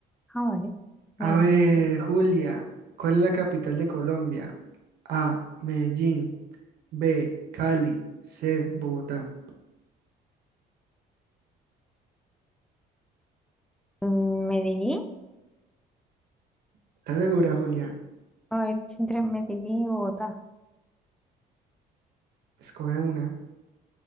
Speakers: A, in the centre; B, on the right.
A: Ah, vale. Muy
B: A
A: bien,
B: ver,
A: muy bien.
B: Julia, ¿cuál es la capital de Colombia? A, Medellín. B, Cali. C, Bogotá.
A: Mm, ¿Medellín?
B: ¿Estás segura, Julia?
A: Ay, es entre Medellín y Bogotá.
B: Escoge una.